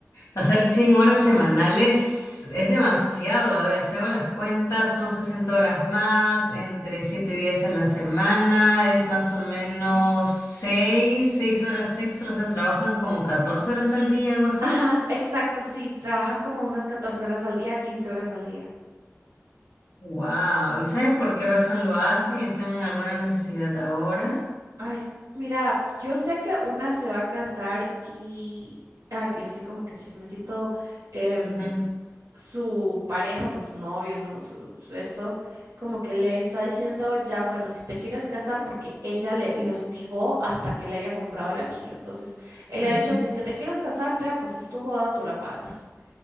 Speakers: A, on the left; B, on the right.
A: hacer 100 horas semanales es demasiado. A ver, si hago las cuentas, son 60 horas más, entre 7 días a la semana, es más o menos seis seis horas extras, o sea, trabajan como 14 horas al día, algo así.
B: Ajá, exacto, sí, trabajan como unas 14 horas al día, 15 horas al día.
A: Wow. ¿Y sabes por qué razón lo hacen? ¿Están en alguna necesidad ahora?
B: Ay, s- mira, yo sé que una se va a casar y, ah, y así como que chismecito, em,
A: Ujú,
B: su pareja, o sea, su novio, ¿no? Su, su esto, como que le está diciendo, ya, bueno, si te quieres casar, porque ella le, le hostigó hasta que le haya comprado el anillo. Entonces, él le
A: ujú.
B: ha dicho, si es que te quieres casar, ya, pues es tu boda, tú la pagas.